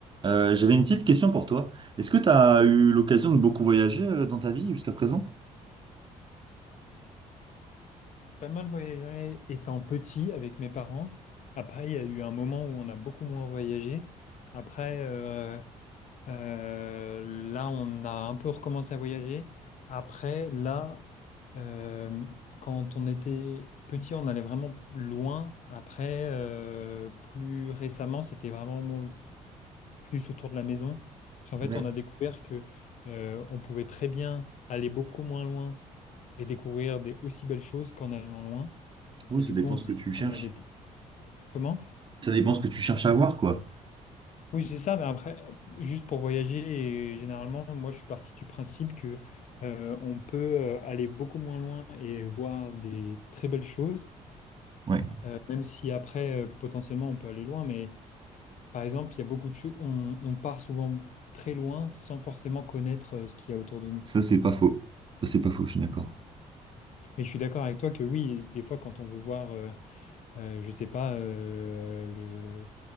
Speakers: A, on the right; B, on the left.
A: Euh, j'avais une petite question pour toi. Est-ce que tu as eu l'occasion de beaucoup voyager euh, dans ta vie jusqu'à présent?
B: pas mal voyagé étant petit avec mes parents. Après, il y a eu un moment où on a beaucoup moins voyagé. Après, euh, euh, là, on a un peu recommencé à voyager. Après, là, euh, quand on était petit, on allait vraiment loin. Après, euh, plus récemment, c'était vraiment mon- plus autour de la maison. Parce qu'en fait,
A: Ouais.
B: on a découvert que, euh, on pouvait très bien aller beaucoup moins loin et découvrir des aussi belles choses qu'en allant loin.
A: Oui,
B: Et
A: ça
B: du
A: dépend
B: coup, on s'est-
A: ce que tu cherches.
B: on allait... plus. Comment?
A: Ça dépend ce que tu cherches à voir, quoi.
B: Oui, c'est ça, mais après, euh, juste pour voyager, et généralement, moi, je suis parti du principe que euh, on peut euh, aller beaucoup moins loin et voir des très belles choses,
A: Ouais,
B: euh, même si après, euh, potentiellement, on peut aller loin, mais je- par exemple, il y a beaucoup de choses, on, on part souvent très loin sans forcément connaître euh, ce qu'il y a autour de nous.
A: ça c'est pas faux. Ça c'est pas faux, je suis d'accord.
B: Mais je suis d'accord avec toi que oui, des fois, quand on veut voir, euh, euh, je sais pas, euh, le,